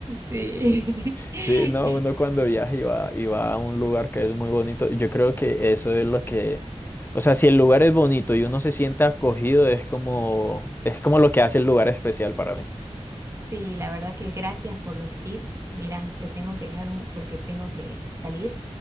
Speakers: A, on the right (about 25°); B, on the left (about 20°).
A: Sí, <laughs> sí.
B: Sí, no, uno
A: <laughs>
B: cuando viaja y va, y va a un lugar que es muy bonito, yo creo que eso es lo que, o sea, si el lugar es bonito y uno se siente acogido, es como, es como lo que hace el lugar especial para mí.
A: Sí, la verdad que gracias por los tips. Mira, te tengo que dejar un, porque tengo que salir.